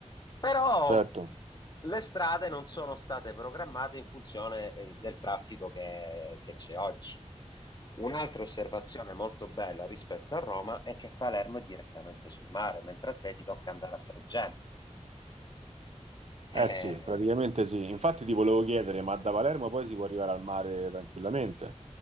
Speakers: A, on the left; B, on the right.
A: Però
B: Certo.
A: le strade non sono state programmate in funzione eh, del traffico che che c'è oggi. Un'altra osservazione molto bella rispetto a Roma è che a Palermo è direttamente sul mare, mentre a te ti tocca andare a Fregene.
B: Eh
A: Eh,
B: sì, praticamente sì. Infatti ti volevo chiedere, ma da Palermo poi si può arrivare al mare tranquillamente?